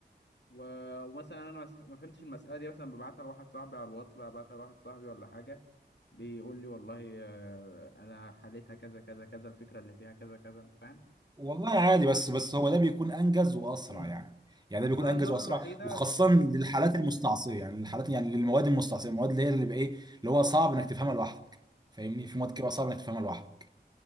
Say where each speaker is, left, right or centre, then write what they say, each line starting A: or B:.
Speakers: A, on the left; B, on the right.
A: و... ومثلا انا مس- ما فهمتش المساله دي مثلا ببعتها لواحد صاحبي على الواتس بقى ببعتها لواحد صاحبي ولا حاجه بيقول لي والله آه، انا حليتها كذا كذا كذا الفكره اللي فيها كذا كذا انت فاهم
B: والله عادي بس بس هو ده بيكون انجز واسرع
A: امم
B: يعني يعني
A: اصلا
B: ده بيكون انجز
A: المره
B: واسرع
A: الوحيده
B: وخاصه للحالات المستعصيه يعني الحالات يعني للمواد المستعصيه المواد اللي هي اللي بقى ايه اللي هو صعب انك تفهمها لوحدك فاهمني في مواد كده صعب انك تفهمها لوحدك